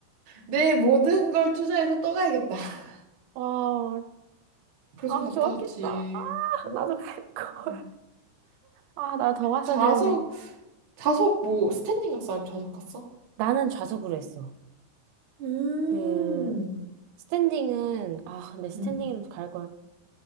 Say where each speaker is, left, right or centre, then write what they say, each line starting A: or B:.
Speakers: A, on the right; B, on the right.
A: 내 모든 걸 투자해서 또 가야겠다. <laughs>
B: 와,
A: 그래서
B: 아,
A: 갔다
B: 좋았겠다.
A: 왔지.
B: 아,
A: 어.
B: 나도 갈 걸.
A: 음.
B: 아, 나 더 갔어야
A: 좌석,
B: 되는데.
A: 좌석 뭐, 스탠딩 갔어? 아니면 좌석 갔어?
B: 나는 좌석으로 했어.
A: 음.
B: 그, 스탠딩은, 아, 근데 스탠딩은
A: 음.
B: 갈 걸.